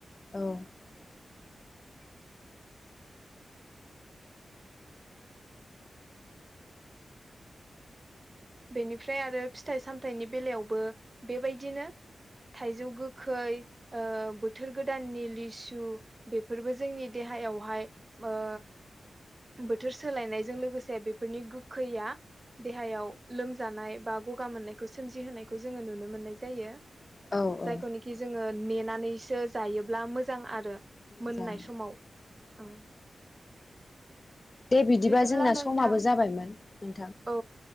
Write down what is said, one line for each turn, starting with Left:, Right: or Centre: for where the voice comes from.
Left: <inaudible>
Right: बेनिफ्राय आरो फिथाइ सामथायाइनि बेलायावबो बेबायदिनो थाइजौ गोखै ओ बोथोर गोदाननि लिसु बेफोरबो जोंनि देहा- देहायावहाय ओ बोथोर सोलायनायजों लोगोसे बेफोरनि गोखैया देहायाव लोमजानाय बा गगा मोननायखौ सोमजिहोनायखौ जोङो नुनो मोननाय जायो।
Left: औ औ
Right: जायखौनोखि जोङो नेनानैसो जायोब्ला मोजां आरो।
Left: मोजां
Right: मोननाय समाव ओं।
Left: दे बिदिबा
Right: बिदिब्ला
Left: जोंना
Right: नोंथां
Left: समाबो जाबायमोन नोंथां
Right: औ।